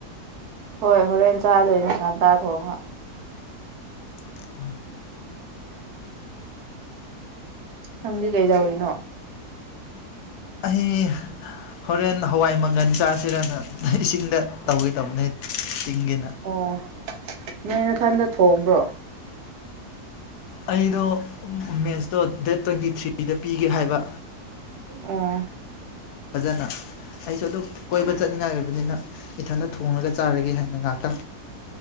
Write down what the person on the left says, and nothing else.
INAUDIBLE
ꯑꯥꯍꯩ ꯍꯣꯔꯦꯟ ꯍꯋꯥꯏ ꯃꯪꯒꯜ ꯆꯥꯁꯤꯔꯅ ꯏꯁꯤꯡꯗ ꯇꯧꯒꯦ ꯇꯧꯕꯅꯦ ꯇꯤꯡꯒꯦꯅ
ꯑꯩꯗꯣ ꯃꯦꯠꯁꯇꯣ ꯗꯦꯠ ꯇ꯭ꯋꯦꯟꯇꯤ ꯊ꯭ꯔꯤꯗ ꯄꯤꯒꯦ ꯍꯥꯏꯕ
ꯐꯖꯅ ꯑꯩꯖꯨꯑꯗꯨꯝ ꯀꯣꯏꯕ ꯆꯠꯅꯤꯡꯉꯥꯏ ꯑꯣꯏꯕꯅꯤꯅ ꯏꯊꯟꯗ ꯊꯣꯡꯂꯒ ꯆꯥꯔꯒꯦ ꯍꯥꯏꯅ ꯉꯥꯛ